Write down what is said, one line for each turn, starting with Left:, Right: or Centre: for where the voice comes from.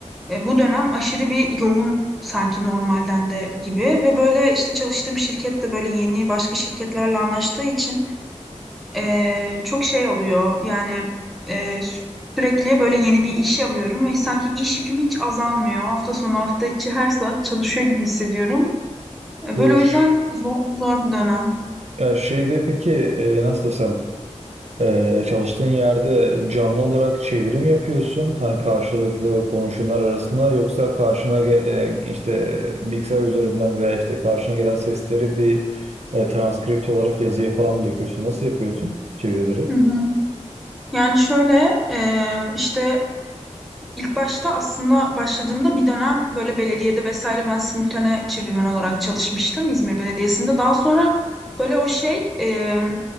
Centre: e, bu dönem aşırı bir yoğun sanki normalden de gibi ve böyle işte çalıştığım şirkette böyle yeni başka şirketlerle anlaştığı için ee, çok şey oluyor yani e, sü- sürekli böyle yeni bir iş alıyorum ve sanki iş yüküm hiç azalmıyor. Hafta sonu hafta içi her saat çalışıyor gibi hissediyorum. Ee,
Right: Bu
Centre: böyle o
Right: ş-
Centre: yüzden zor, zor bir dönem.
Right: ya şeyde peki e, nasıl desem e, çalıştığın yerde canlı olarak çevirim yapıyorsun hani karşılıklı konuşanlar arasında yoksa karşına ge- e, işte bilgisayar üzerinden veya işte karşına gelen sesleri bir e, transkript olarak yazıya falan mı döküyorsun? Nasıl yapıyorsun çevirileri?
Centre: Hı hı. Yani şöyle e, işte İlk başta aslında başladığımda bir dönem böyle belediyede vesaire ben simültane çevirmen olarak çalışmıştım İzmir Belediyesi'nde. Daha sonra böyle o şey e,